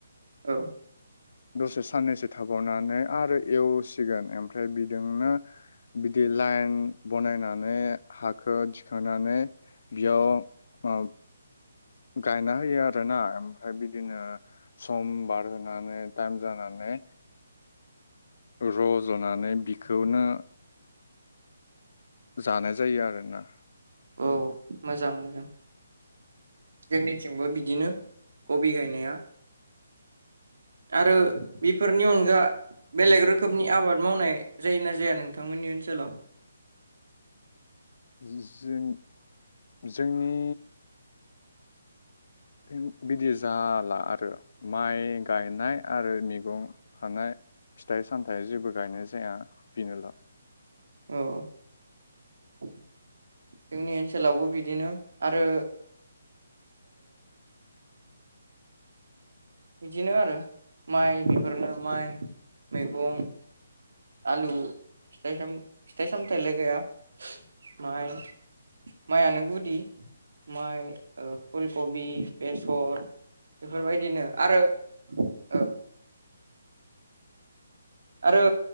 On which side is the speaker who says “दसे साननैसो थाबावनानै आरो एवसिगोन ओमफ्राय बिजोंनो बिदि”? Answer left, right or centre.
Left